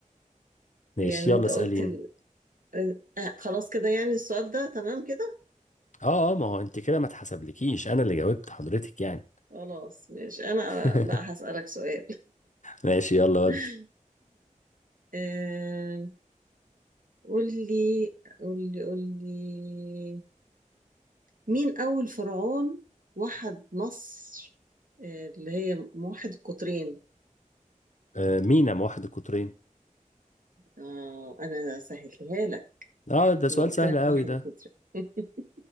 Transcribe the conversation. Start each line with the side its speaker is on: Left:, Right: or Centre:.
Left: ماشي
Right: يعني
Left: يلا
Right: انت
Left: اسألين
Right: قلت ال... آه، آه، خلاص كده يعني السؤال ده تمام كده
Left: اه اه ما هو انت كده ما اتحسبلكيش انا اللي جاوبت حضرتك يعني
Right: خلاص مش انا
Left: <laughs>
Right: آه، بقى هسألك سؤال
Left: ماشي يلا ودي
Right: <laughs> آه، قول لي قول لي قول لي مين اول فرعون وحد مصر آه، اللي هي موحد القطرين
Left: آه، مينا موحد القطرين
Right: آه انا سهلتها لك
Left: اه ده
Right: لما
Left: سؤال
Right: قلت
Left: سهل
Right: لك
Left: قوي
Right: موحد
Left: ده
Right: القطرين <laughs>